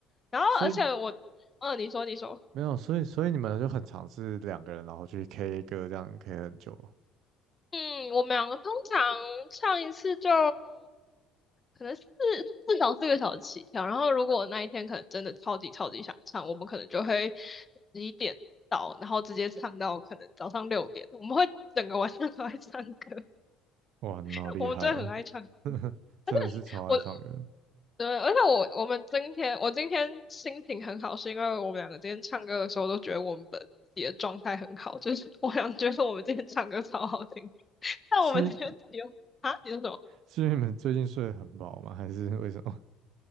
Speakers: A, on the left; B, on the right.
A: 然后而且我，
B: 所以
A: 嗯、你说你说，
B: 没有，所以所以你们就很常是两个人，然后去 K 歌，这样 K 很久。
A: 嗯，我们两个通常唱一次就。可能四至少四个小时起跳。然后如果我那一天可能真的超级超级想唱，我们可能就会十一点到，然后直接唱到可能早上六点。我们会整个晚上都在唱歌，
B: 哇，
A: <laughs>
B: 你们好厉害哦，
A: 我们真的很爱唱歌。
B: <laughs> 真的是超爱唱歌。
A: 而且我，对，而且我我们今天我今天心情很好，是因为我们两个今天唱歌的时候都觉得我们本己的状态很好，就是我想觉得我们今天唱歌超好听，<laughs> 但我们今天只有啊，
B: 是
A: 你说什么？
B: 是因为你们最近睡得很饱吗？还是为什么？